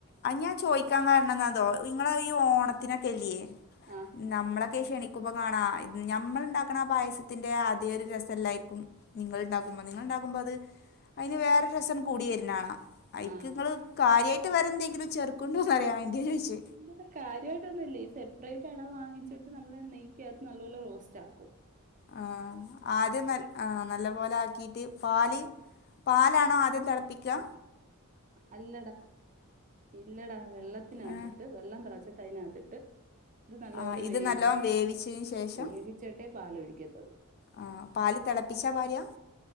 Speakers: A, on the left (about 45°); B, on the right (about 35°).
A: അത് ഞാൻ ചോയിക്കാൻ കാരണം എന്നാതോ നിങ്ങള ഈ ഓണത്തിനൊക്കെ ഇല്ലയേ
B: ആഹാ
A: നമ്മളൊക്കെ ഈ ക്ഷണിക്കുമ്പോ കാണാ നമ്മള് ഉണ്ടാക്കണ ആ പായസത്തിന്റെ അതേ ഒരു രസല്ലായിരിക്കും നിങ്ങളുണ്ടാക്കുമ്പോ നിങ്ങളുണ്ടാക്കുമ്പോ അത് അതിന് വേറൊരു രസം കൂടി വരുന്നാണാ അയിക്ക്
B: ആ
A: ഇങ്ങള് കാര്യായിട്ട് വേറെ എന്തെങ്കിലും ചെറുക്കുണ്ടോന്നറിയാൻ വേണ്ടിയാ ചോദിച്ചേ
B: ഇല്ലെടാ കാര്യായിട്ടൊന്നും ഇല്ല ഈ സെപ്പറേറ്റ് അട വാങ്ങിച്ചിട്ട് നമ്മള് നെയ്ക്കകത്ത് നല്ല പോലെ റോസ്റ്റ് ആക്കും
A: ആ ആദ്യം നല്ല നല്ല പോലെ ആക്കിയിട്ട് പാല് പാലാണോ ആദ്യം തിളപ്പിക്കാ
B: അല്ലടാ ഇല്ലടാ വെള്ളത്തിന്നാത്തിട്ട്
A: ഏ
B: വെള്ളം തിളച്ചിട്ട് അതിനാത്തിട്ട് ഇത് നല്ലപോലെ
A: ആ ഇത്
B: വേവിക്കും
A: നല്ലോണം വേവിച്ചതിന് ശേഷം
B: വേവിച്ചട്ടേ പാലൊഴിക്കത്തുള്ളൂ
A: ആ പാല് തിളപ്പിച്ചാ പാര്യാ